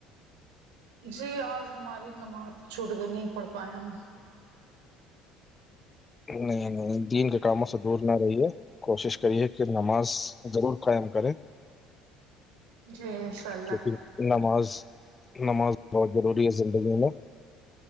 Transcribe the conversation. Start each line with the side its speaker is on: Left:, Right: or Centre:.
Right: جی آج ہماری نماز چھوٹ کے نہیں پڑ پائے ہم
Left: نہیں نہیں دین کے کاموں سے دور نہ رہی ہے کوشش کریے کہ نماز ضرور قائم کرے
Right: جی انشاء اللہ
Left: کیونکہ نماز نماز بہت ضروری ہے زندگی میں